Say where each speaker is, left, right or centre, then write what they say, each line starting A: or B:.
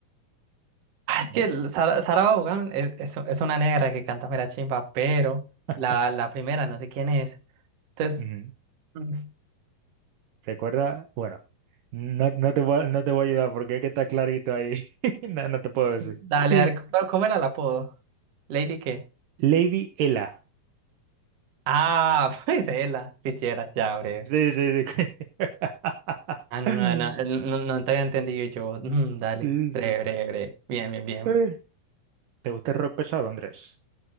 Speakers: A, on the right; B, on the right.
A: Ah, Es
B: Me-
A: que Sara, Sara Vaughan es, es, es una negra que canta mera chimba, pero
B: <laughs>
A: la, la primera no sé quién es. Entonces,
B: Ujú.
A: mm,
B: Recuerda, bueno, no, no te voy a, no te voy a ayudar porque es que está clarito ahí. <laughs> No, no te puedo decir.
A: dale,
B: <laughs>
A: dale, ¿cómo cómo era el apodo? ¿Lady qué?
B: Lady Ella.
A: Ah, <laughs> pues ella, Fitzgerald, ya, breve.
B: Sí, sí, sí. <laughs>
A: Ah, no, no, no, no, no te había entendido yo. Mm, dale,
B: Sí,
A: breve,
B: sí.
A: breve, breve. Bien, bien, bien.
B: Eh. ¿Te gusta el rock pesado, Andrés?